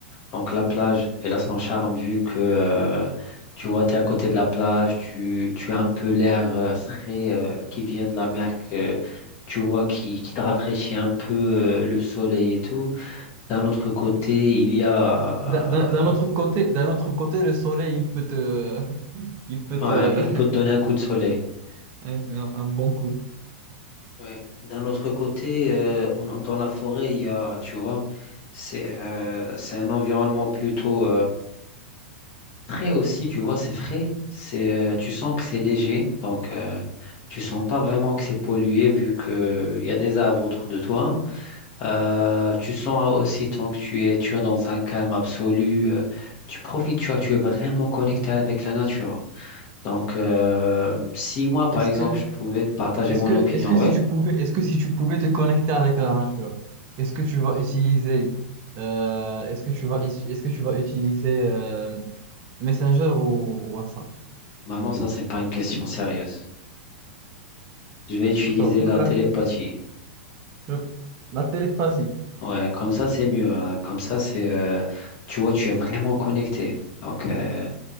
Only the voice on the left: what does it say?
Donc la plage, elle a son charme vu que euh, tu vois, tu es à côté de la plage, tu, tu as un peu l'air euh, frais euh, qui vient de la mer, que tu vois, qui, qui te rafraîchit un peu euh, le soleil et tout. D'un autre côté, il y a...
euh,
ouais,
il peut te donner un coup de soleil.
Ouais. D'un autre côté, euh, on- dans la forêt, il y a, tu vois, c'est euh, c'est un environnement plutôt... Frais aussi, tu vois, c'est frais. C'est, euh, tu sens que c'est léger, donc euh, tu sens pas vraiment que c'est pollué vu que euh, il y a des arbres autour de toi. Euh, tu sens aussi tant que tu es, tu es dans un calme absolu, euh, tu profites, tu vois, tu es vraiment connecté avec la nature. Donc, euh, si moi, par
exemple,
je pouvais te partager
mon
opinion,
ouais,
maintenant ça c'est pas une question sérieuse. Je vais utiliser
la télépathie.
Ouais, comme ça, c'est mieux. hein. Comme ça, c'est, euh, tu vois, tu es vraiment connecté. Donc, euh,